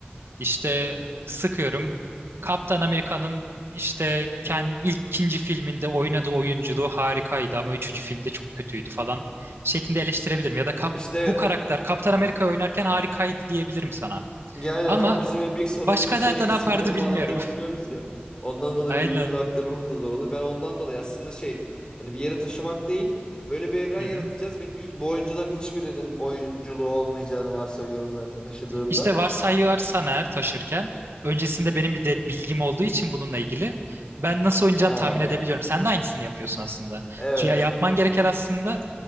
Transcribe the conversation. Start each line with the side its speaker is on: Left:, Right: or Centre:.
Right: işte sıkıyorum. Kaptan Amerika'nın işte kendi ilk ikinci filminde oynadığı oyunculuğu harikaydı ama üçüncü filmde çok kötüydü falan şeklinde eleştirebilirim. Ya da kap,
Left: İşte evet
Right: bu karakter Kaptan Amerika oynarken harikaydı diyebilirim sana.
Left: Ya aynen
Right: Ama
Left: ama bizim en büyük sorunumuz
Right: başka
Left: şey
Right: nerede
Left: isimleri
Right: ne yapardı
Left: falan
Right: bilmiyorum.
Left: da bilmiyoruz ya. Ondan dolayı
Right: <laughs> Aynen.
Left: birbirimize aktarmamız da zor oluyor. Ben ondan dolayı aslında şey hani bir yere taşımak değil böyle bir evren
Right: Hı
Left: yaratacağız
Right: hı.
Left: ve ilk bu oyuncuların hiçbirinin oyunculuğu olmayacağını varsayıyorum zaten taşıdığımda.
Right: İşte varsayarsan eğer taşırken öncesinde benim bir de bilgim olduğu için bununla ilgili ben nasıl oynayacağını
Left: Ha
Right: tahmin edebiliyorum. Sen de aynısını yapıyorsun aslında.
Left: evet.
Right: Ya yapman gereken aslında